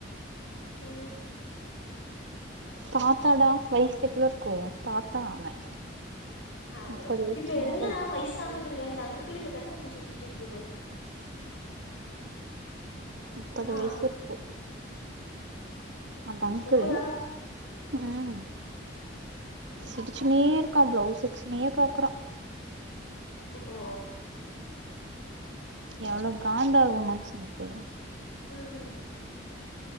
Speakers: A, on the left; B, on the right.
A: ஓ.
B: தாத்தாடா வயசு எவ்ளோ இருக்கு தாத்தா அவ
A: அதது
B: முப்பது வயசு
A: இப்ப எல்லா
B: மேல
A: வயசானதுங்க இந்த அங்கிளுக்கு தாண்டா‌ அப்டி சுத்திட்டு இருக்குதுங்க
B: முப்பது
A: என்னா
B: வயசு இருக்கு அப்ப அங்கிள்
A: முப்பதா
B: ம் சிரிச்சுன்னே இருக்காப்ல பிளவ்ஸ் செக்சனயே பாக்குறா
A: ஓ.
B: எவ்ளோ காண்டாகு மனுஷனுக்கு
A: ம்